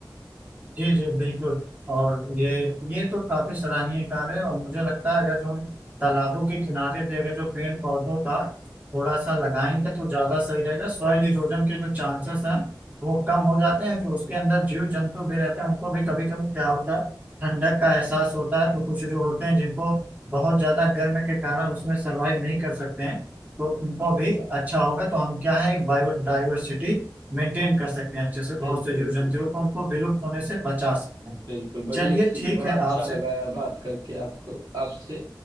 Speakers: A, on the right; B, on the right.
A: जी जी बिल्कुल और ये ये तो काफी सराहनीय कार्य है और मुझे लगता है अगर जो हम तालाबों के किनारे भी अगर जो पेड़ पौधों का थोड़ा सा लगाएंगे तो ज्यादा सही रहेगा सॉइल इरोजन के जो चांसेस हैं वो कम हो जाते हैं जो उसके अंदर जीव जंतु भी रहते हैं उनको भी कभी कभी क्या होता है ठंडक का एहसास होता है तो कुछ जो होते हैं जिनको बहुत ज्यादा गर्म के कारण उसमें सर्वाइव नहीं कर सकते हैं तो उनको भी अच्छा होगा तो हम क्या है एक बायोडाइवर्सिटी मेंटेन कर सकते हैं अच्छे से बहुत
B: बिल्कुल
A: से जीव जंतुओं
B: बिल्कुल
A: को उनको विलुप्त होने से बचा सकते हैं
B: बिल्कुल बड़ी
A: चलिए
B: अच्छी
A: ठीक
B: बड़ा
A: है
B: अच्छा
A: आपसे
B: लगा यार बात करके आपको आपसे